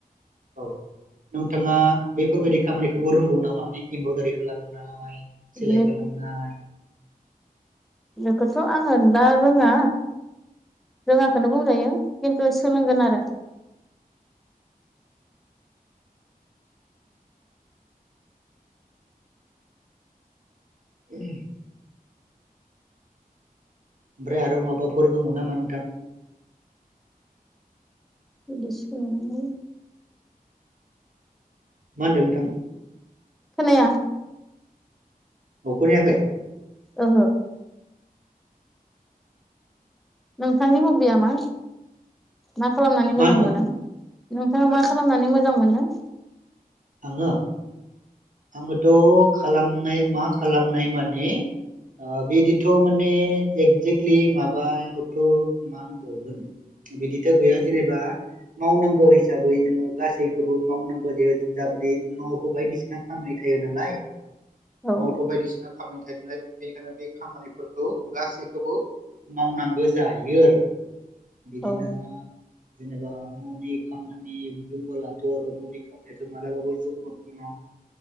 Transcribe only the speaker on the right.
औ नोंथांङा बेफोरबायदि खामानिखौबो रोंगौ नामा एमब्रदारि खालामनाय सिलाय
खालामनाय
उम ओमफ्राय आरो माबाफोर दङ नामा नोंथां
मा होन्दों नोंथां
ओ खोनायाखै
मा
होनदों
आंङो आंङोथ खालामनाय मा खालामनाय माने ओ बिदिथ माने एकजेक्टलि माबायावथमा होनबावगोन बिदिथ गैया जेनेबा मावनांगौ हिसाबै जोंङो गासैखौबो मावनांगौ जे जाबायदि नखौ बायदिसिना खामनाय थायो नालाय नआवथ
बायदिसिना खामानि थायो नालाय बेनिखायनो बे खामानिफोरखौ गासैखौबो मावनांगौ जायो आरो बिदिनो
जेनेबा खामानि बुंबोलाथ <unintelligible> मालाबाबो जथन खङा